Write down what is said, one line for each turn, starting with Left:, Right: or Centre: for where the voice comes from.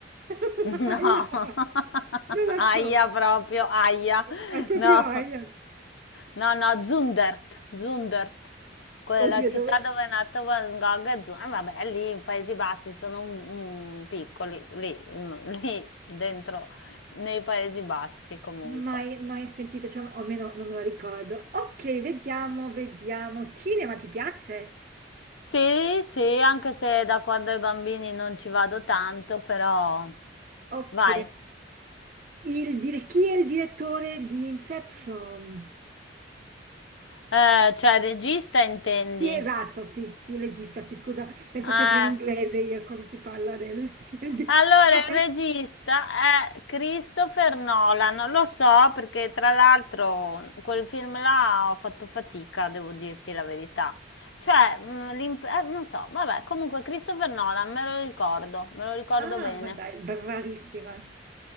Right: <laughs>
Left: No.
Right: Aia!
Left: <laughs>
Right: Non la
Left: Aia
Right: so.
Left: proprio, aia.
Right: È proprio
Left: No.
Right: aia.
Left: No, no, Zundert, Zundert. Quella
Right: Oddio,
Left: città
Right: dove...
Left: dove è nato Van Gogh è Zundert. Vabbè, lì in Paesi Bassi sono mm, piccoli, lì, mm, lì dentro, nei Paesi Bassi comunque.
Right: Mai, mai sentito, cioè, o almeno non me la ricordo. Ok, vediamo, vediamo. Cinema, ti piace?
Left: Sì, sì, anche se da quando ai bambini non ci vado tanto, però
Right: Ok.
Left: vai.
Right: Il dire- chi è il direttore di Inception?
Left: Eh, cioè regista intendi?
Right: Sì, esatto, sì, sì, legista, sì, scusa, penso
Left: Eh,
Right: sempre in inglese io quando si parla del <laughs> film di
Left: allora
Right: Sare.
Left: il regista è Christopher Nolan, lo so perché tra l'altro quel film là ho fatto fatica, devo dirti la verità. Cioè, mm, l'imp- eh, non so, vabbè, comunque Christopher Nolan me lo ricordo, me lo ricordo
Right: Ah,
Left: bene.
Right: ma dai, bravissima.